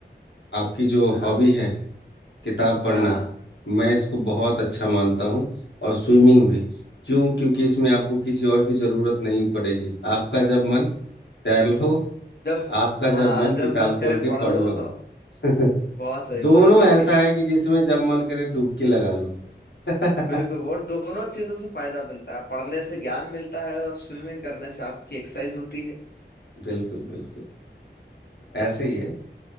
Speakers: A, on the left; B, on the left.
A: आपकी जो
B: हाँ
A: हॉबी है किताब पढ़ना
B: हाँ
A: मैं इसको बहुत अच्छा मानता हूँ और स्विमिंग भी क्यों क्योंकि इसमें आपको किसी और की जरूरत नहीं पड़ेगी आपका जब मन तैर लो
B: जब
A: आपका जब
B: हाँ
A: मन
B: जब
A: किताब
B: मन
A: खोल
B: करे
A: के
B: पढ़
A: पढ़
B: लो
A: लो
B: <laughs>
A: <laughs>
B: बहुत सही
A: दोनों
B: बहुत सही
A: ऐसा है कि जिसमें जब मन करे डुबकी लगा लो <laughs>
B: बिल्कुल और दोनों चीजों से फायदा मिलता है पढ़ने से ज्ञान मिलता है और स्विमिंग करने से आपकी एक्सरसाइज होती है
A: बिल्कुल बिल्कुल ऐसे ही है